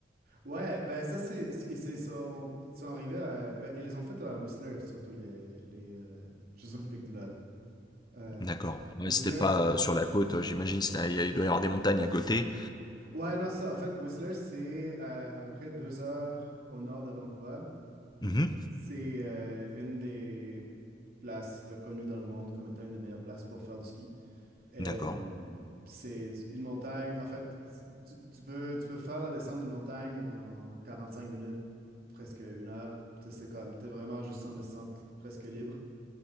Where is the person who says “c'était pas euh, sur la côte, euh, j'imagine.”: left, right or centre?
Left